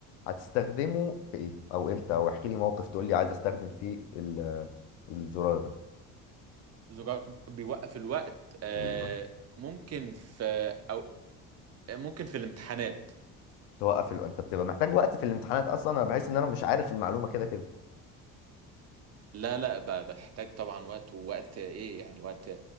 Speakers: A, on the left; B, on the right.
A: هتستخدمه في ايه او امتى او احكي لي موقف تقول لي عايز استخدم فيه ال- <laughs> الزرار ده
B: زجاج بيوقف الوقت آه،
A: ايوه
B: ممكن في أو آه، ممكن في الامتحانات
A: توقف ال... انت بتبقى محتاج وقت في الامتحانات اصلا انا بحس ان انا مش عارف المعلومة كده كده
B: لا لا ب- بحتاج طبعا وقت ووقت ايه يعني وقت